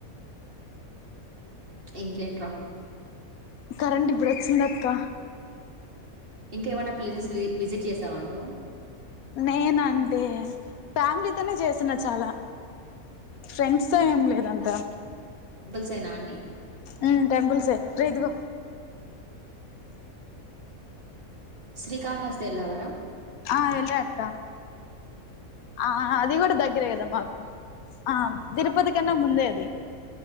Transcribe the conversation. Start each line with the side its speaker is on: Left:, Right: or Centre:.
Right: ఇంకేంట్ర
Left: కరెంట్ ఇప్పుడొచ్చిందక్క
Right: ఇంకా ఏమైన ప్లేసెస్ విజిట్ చేసావ నువ్వు
Left: నేనంటే ఫ్యామిలీతోనే చేస్తున్న చాల ఫ్రెండ్స్ తో ఏం లేదంతా
Right: సేన అన్ని
Left: ఉమ్ టెంపుల్సే రే ఇదిగో
Right: శ్రీకాళహస్తతి ఎల్వరా
Left: ఆ వెళ్ళ అక్క ఆ అది కూడ దగ్గరే కదా మాకు ఆ తిరుపతి కన్నా ఇంక ముందే అది